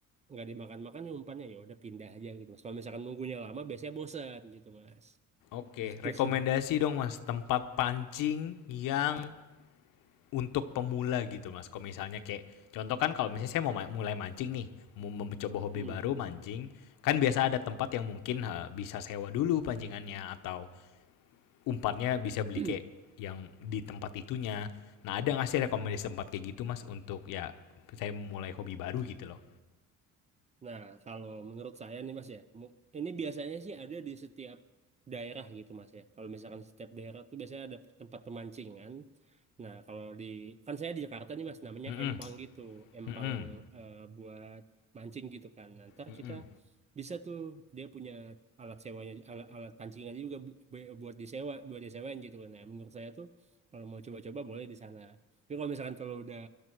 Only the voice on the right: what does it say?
nggak dimakan-makan nih umpannya ya udah pindah aja gitu mas. Kalau misalkan nunggunya lama biasanya bosan gitu mas.
Gitu
sih mas.
Hmm.
<clears throat>
Nah, kalau menurut saya nih Mas ya, mu- ini biasanya sih ada di setiap daerah gitu Mas ya. Kalau misalkan setiap daerah tuh biasanya ada tempat pemancingan. Nah, kalau di kan saya di Jakarta nih Mas, namanya
empang gitu, empang
eh, buat mancing gitu kan. Nah, ntar
kita
bisa tuh dia punya alat sewanya alat, alat pancingannya juga bi- bi- buat disewa buat disewain gitu kan. Nah, menurut saya tuh kalau mau coba-coba boleh di sana. Tapi kalau misalkan kalau udah